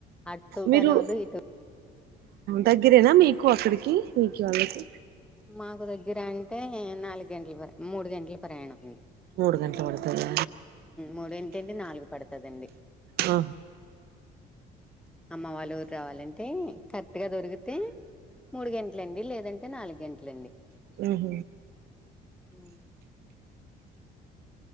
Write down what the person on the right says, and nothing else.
మీరు
దగ్గరేనా మీకు అక్కడికి మీకు వాళ్ళకి
మూడు గంటలు పడుతది
ఆ
ఉహ